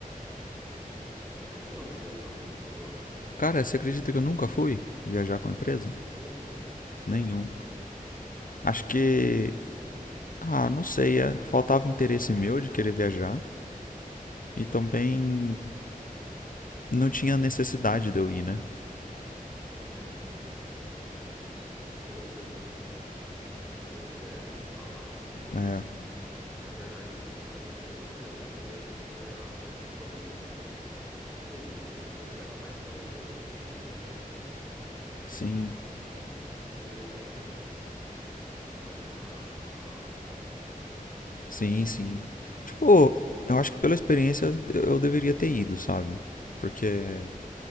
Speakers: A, in the centre; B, on the left (about 65°).
A: Tava com muito. Você não chegou a viajar muito, chegou?
B: Cara, você acredita que eu nunca fui viajar com a empresa?
A: Você não foi nenhum?
B: Nenhum.
A: Pua.
B: Acho que. Ah, não sei. é- Faltava interesse meu de querer viajar. E também não tinha necessidade de eu ir, né?
A: Sim, era um, era um- o, s- o seu serviço não, tipo, dependia zero de estar lá, né? Então,
B: É.
A: na verdade, cu- se você fosse viajar, você ia se tornar menos produtivo do que ia. Se você fosse, era mais pela experiência de ver como que é um,
B: Sim.
A: um lançamento, né? Do que realmente trabalhar, tal.
B: Sim, sim. Tipo, eu acho que pela experiência eu deveria ter ido, sabe? Porque,